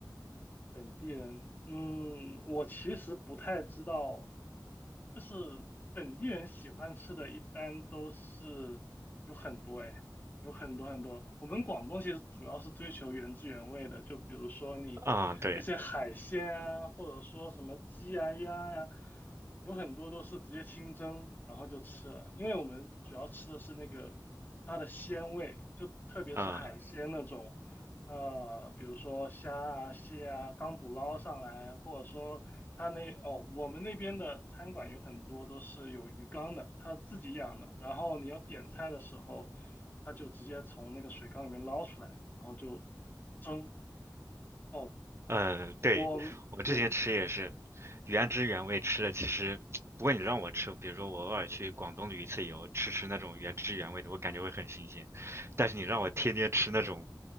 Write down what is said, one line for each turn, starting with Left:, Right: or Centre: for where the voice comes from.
Left: 本地人，嗯，我其实不太知道，就是本地人喜欢吃的，一般都是有很多哎，有很多很多。我们广东其实主要是追求原汁原味的，就比如说你那些海鲜啊，
Right: 啊、对，
Left: 或者说什么鸡啊、鸭呀、有很多都是直接清蒸，然后就吃了。因为我们主要吃的是那个它的鲜味，就特别是海鲜那种，
Right: 啊、
Left: 呃，比如说虾啊、蟹啊，刚捕捞上来，或者说。他那哦，我们那边的餐馆有很多都是有鱼缸的，他自己养的。然后你要点菜的时候，他就直接从那个水缸里面捞出来，然后就蒸。哦，
Right: 嗯，对，
Left: 我对，
Right: 我之前吃也是原汁原味吃的。其实，不过你让我吃，比如说我偶尔去广东旅一次游，吃吃那种原汁原味的，我感觉会很新鲜。但是你让我天天吃那种，